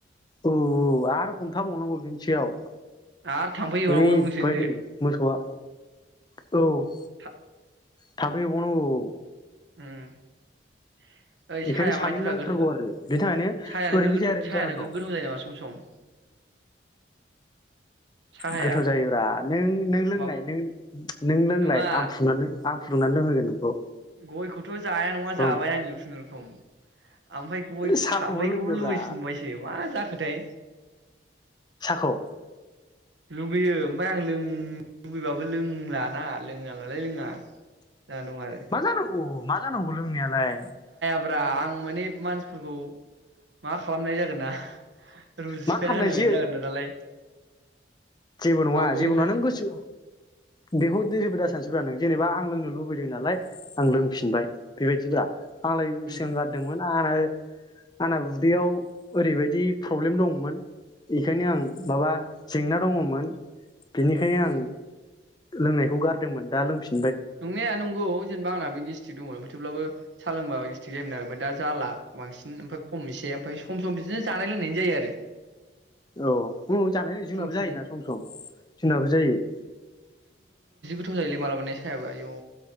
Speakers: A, on the left; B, on the right.
A: औ औ आरो हमथाबावनांगौ बेनि सायाव
B: आरो थाम्फै होननांगौनंसेनदो
A: ओरैबायदि मोसौआ औ
B: था
A: थामफै होबावनांगौ।
B: उम ओइ
A: बेखायनो
B: साया
A: सानै
B: माबायदिब्ला
A: नांथारगौ
B: गोथाव थाव
A: आरो बेनि थाखायनो
B: सायानो
A: ओरैबो
B: गो
A: जाया ओरैबो
B: सायानो
A: जानानै दं
B: गोथाव जायो नामा सम सम साहाया
A: गोथाव जायोब्रा नों-नों लोंनाय
B: मा
A: नों-नों लोंनाय
B: नङा
A: आं फुनानै आं फुदुंनानै लोंहोगोन नोंखौ
B: गय खौ- थ जाया नङा
A: बुं
B: जाबाय आङो खुनुरुखुम। ओमफ्राय गय
A: साहाखौबो
B: थाबैखौबो
A: लोंदोब्रा
B: लुबैफिनबायसो मा जाख- खोथाय
A: साखौ
B: लुगैयो ओमफाय आं लों लुबैबाबो लोंलाना लोङा नालाय लोङा। जानानै दं आरो
A: मा जानांगौ मा जानांगौ लोंनायालाय
B: ब्रा आं माने मानसिफोरखौ मा खालामनाय जागोन ना। रुलस
A: मा
B: सिफायना
A: खालामनाय
B: होनाय
A: जे
B: बायदि जागोन ना दालाय <inaudible>
A: जेबो नङा
B: आवगोलनिफ्रायनो
A: जेबो नङा नों गोसो बेखौ दोजोबो दा सानसेबा नों जेनेबा आं लोंनो लुबैदों नालाय आं लोंफिनबाय बेबायदिब्रा। आंलाय
B: उम
A: सिगां गारदोंमोन आलाय आंना उदैयाव ओरैबायदि प्रब्लेम दंमोन बेखायनो आं माबा जेंना दङ- मोन बेनिखायनो आं
B: उम
A: लोंनायखौ गारदोंमोन दा लोंफिन
B: नंनाया नंगौ जेनेबा आंना बे गेसट्रिक दंमोन थेवब्लाबो सालोंबा गेस- थिग जायोमोन आरो ओमफ्राय दा जाला बांसिन ओमफ्राय खमनोसै ओमफ्राय सम सम बिदिनो जानाय लोंनायनि जायो आरो
A: औ औ जानाय जोंनाबो
B: फुं फुं
A: जायोना सम सम जोंनाबो जायो
B: थाव जायोलै मालाबा माने सायाबो आयौ